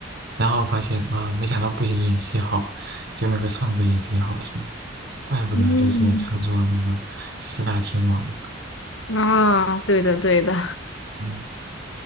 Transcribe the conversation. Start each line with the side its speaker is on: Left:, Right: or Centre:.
Right: 然后发现啊，没想到不仅演戏好，就那个唱歌也贼好听。怪不得就是唱作那个四大天王，
Left: 嗯，啊，对的，对的，
Right: 嗯，